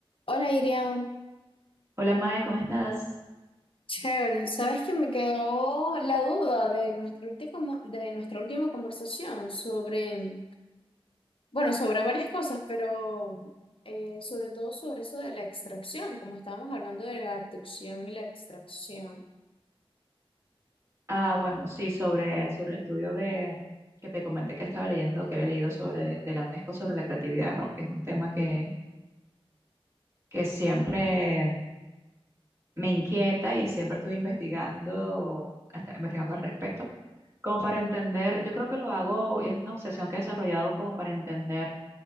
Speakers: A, on the left; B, on the right.
A: Hola Irian,
B: Hola Mae, ¿cómo estás?
A: chévere. ¿Sabes que me quedó la duda de nuestro último, de nuestra última conversación sobre, bueno, sobre varias cosas, pero eh, sobre todo sobre eso de la extracción, como estábamos hablando de la abducción y la extracción.
B: Ah, bueno, sí, sobre, sobre el estudio de que te comenté que estaba leyendo, que había leído sobre de la UNESCO sobre la creatividad, porque es un tema que, que siempre me inquieta y siempre estoy investigando, hasta investigando al respecto, como para entender, yo creo que lo hago, y es una obsesión que he desarrollado como para entender